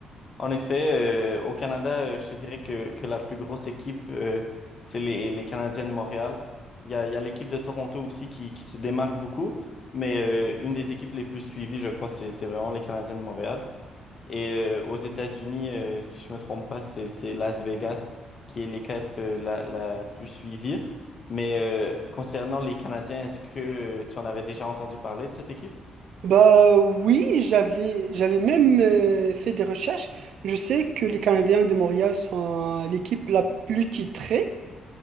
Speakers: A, on the left; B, on the right.
A: En effet, euh, au Canada, euh, je te dirais que, que la plus grosse équipe, euh, c'est les, les Canadiens de Montréal. Il y a, il y a l'équipe de Toronto aussi qui, qui se démarque beaucoup, mais euh, une des équipes les plus suivies, je crois, c'est, c'est vraiment les Canadiens de Montréal. Et euh, aux États-Unis, euh, si je me trompe pas, c'est c'est Las Vegas qui est l'équipe euh, la, la plus suivie. Mais euh, concernant les Canadiens, est-ce que euh, tu en avais déjà entendu parler de cette équipe?
B: Bah oui, j'avais j'avais même euh, fait des recherches. Je sais que les Canadiens de Montréal sont l'équipe la plus titrée,